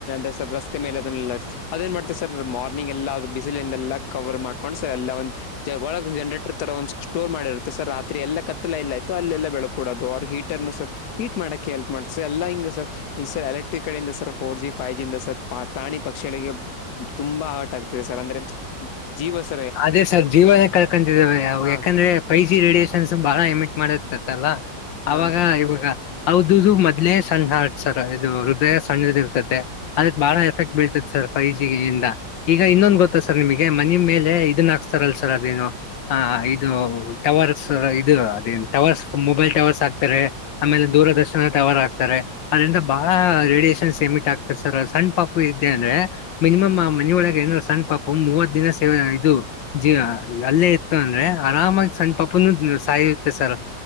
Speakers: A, on the left; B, on the left.
A: ಅ ಸರ್ ರಸ್ತೆ ಮೇಲೆ ಅದಲ್ಲ ಅದೇಏನ್ ಮಾಡ್ತಾರೆ. ಸರ್ ಮಾರ್ನಿಂಗ್ ಎಲ್ಲ ಅದು ಬಿಸಿಲಿಂದೆಲ್ಲಾ ಕವರ್ ಮಾಡ್ಕೊಂಡ್ ಸರ್ ಎಲ್ಲಾ ಒಂದ ಒಳಗ್ ಜನ್ರೇಟರ್ ತರ ಒಂದ್ ಸ್ಟೋರ್ ಮಾಡಿರುತ್ತೆ. ಸರ್ ರಾತ್ರಿ ಎಲ್ಲ ಕತ್ತಲೇಲ್ಲಾಯ್ತಅಲ್ಲೆಲ್ಲ ಬೆಳೆಕೂಡೋದು ಅವ್ರ ಹೀಟ್ ಇನ್ನು ಸರ್ ಈಟ್ ಮಾಡಕ್ ಹೆಲ್ಪ್ ಮಾಡ್ತಸರ್ ಎಲ್ಲ ಹಿಂಗ ಸರ್ ಈ ಸರ್ ಎಲೆಕ್ಟ್ರಿಕ್ ಕಡೆಯಿಂದ ಸರ್ ಫೋರ್ ಜಿ ಫೈವ ಜಿಯಿಂದ ಸರ್ ಪ್ರಾಣಿ ಪಕ್ಷಿಗಳಿಗೆ ತುಂಬಾ ಆರ್ಟ್ ಆಗ್ತಿದೆ ಸರ್ ಅಂದ್ರೆ ಜೀವಸ <unintelligible>
B: ಅದೇ ಸರ್ ಜೀವನೇ ಕಳ್ಕಂತಿದೇವೆ ಅವು
A: ಹಾ
B: ಯಾಕಂದ್ರೆ ಫೈವ್ ಜಿ ರೇಡಿಯೇಷನ್ಸ್ ಬಾಳ ಎಮಿಟ್ ಮಾಡಿರ್ತತ್ತಲ್ಲಾ.
A: ಹಾ
B: ಅವಾಗ ಇವಾಗ ಹೌದುದು ಮೊದ್ಲೇ ಸಣ್ಣ ಹಾರ್ಟ್ ಸರ್ ಇದು ಹೃದಯ ಸಣ್ಣದ ಇರ್ತತೆ ಅದಕ್ ಬಾಳ ಎಫೆಕ್ಟ್ ಬೀಳ್ತೈದೆ ಸರ್. ಫೈವ್ ಜಿ ಇಂದ ಈಗ ಇನ್ನೊಂದು ಗೊತ್ತಾ ಸರ್ ನಿಮಗೆ ಮನೆ ಮೇಲೆ ಇದನ್ನ ಹಾಕ್ಸ್ತಾರಲ್ಲ ಸರ್ ಅದೇನೋ ಹಾ, ಇದು ಟವರ್ಸ್ ಇದು. ಅದೇನ್ ಟವರ್ಸ್ ಮೊಬೈಲ್ ಟವರ್ಸ್ ಆಕ್ತಾರೆ. ಆಮೇಲೆ ದೂರದರ್ಶನ ಟವರ ಆಕ್ತಾರೆ. ಅದ್ರಿಂದ ಬಹಳ ರೇಡಿಯೇಷನ್ಸ್ ಎಮಿಟ್ ಆಗ್ತದೆ ಸರ್ ಸಣ್ಣ್ ಪಾಪು ಇದ್ದೆ ಅಂದ್ರೆ. ಮಿನಿಮಮ್ ಮನೆ ಒಳ ಏನ್ರ ಸಣ್ಣ ಪಾಪ ಮೂವತ್ ದಿನ ಸೇವೆ ಇದು ಜೀ ಅಲ್ಲೇ ಇತ್ತು ಅಂದ್ರೆ ಆರಾಮಾಗಿ ಸಣ್ಣ ಪಾಪನು ಸಾಯುತ್ತೆ ಸರ್.